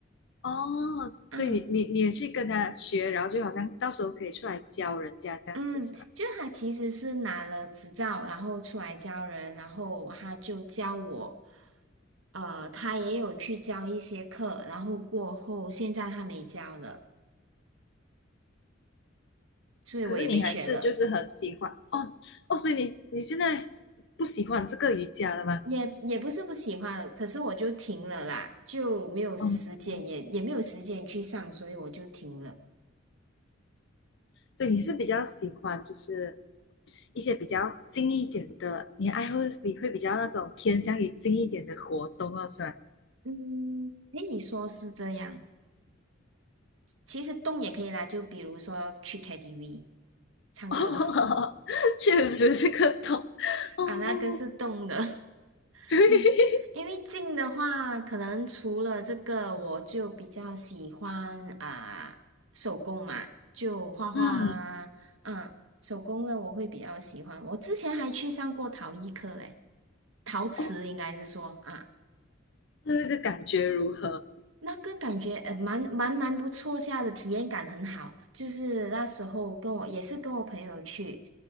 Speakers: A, on the left (about 60°); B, on the right (about 80°).
A: 哦，所以你你你也去跟他学，
B: 嗯
A: 然后就好像到时候可以出来教人家这样子是吗？
B: 嗯，就他其实是拿了执照，然后出来教人，然后他就教我，呃，他也有去教一些课，然后过后现在他没教了，所以我也没学了，
A: 可是你还是就是很喜欢哦哦，所以你你现在不喜欢这个瑜伽了吗？
B: 也也不是不喜欢，可是我就停了啦，就没有时间，
A: 哦，
B: 也也没有时间去上，所以我就停了。
A: 所以你是比较喜欢就是一些比较静一点的，你爱好比会比较那种偏向于静一点的活动哦，是吗？
B: 嗯，诶，你说是这样。其实动也可以啦，就比如说去 KTV 唱歌
A: 哦，
B: <laughs>
A: <laughs> 确实是个痛哦，
B: 啊，那个是动的，<laughs>
A: 对，
B: 嗯，因为静的话，可能除了这个，我就比较喜欢啊、手工嘛，就画画啊，
A: 嗯，
B: 嗯，手工的我会比较喜欢。我之前还去上过陶艺课嘞，陶瓷应该是说啊。
A: 哦，那这个感觉如何？
B: 那个感觉呃蛮蛮蛮不错下的体验感很好，就是那时候跟我也是跟我朋友去，